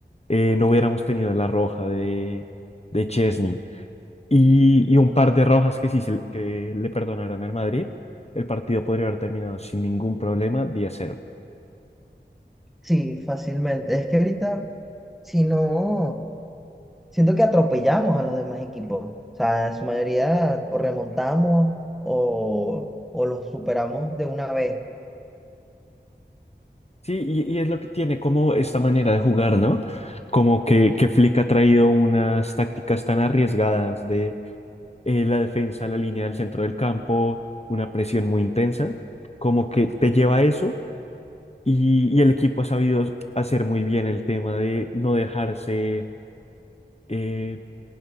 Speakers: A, on the left; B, in the centre.
A: eh, no hubiéramos tenido la roja de, de Chesney y, y un par de rojas que sí se, le- que le perdonaran al Madrid, el partido podría haber terminado sin ningún problema diez cero.
B: Sí, fácilmente. Es que ahorita, si no, siento que atropellamos a los demás equipos. O sea, en su mayoría o remontamos o, o los superamos de una vez.
A: Sí, y, y es lo que tiene como esta manera de jugar, ¿no? Como que, que Flick ha traído unas tácticas tan arriesgadas de eh, la defensa, la línea del centro del campo, una presión muy intensa, como que te lleva a eso y, y el equipo ha sabido hacer muy bien el tema de no dejarse eh,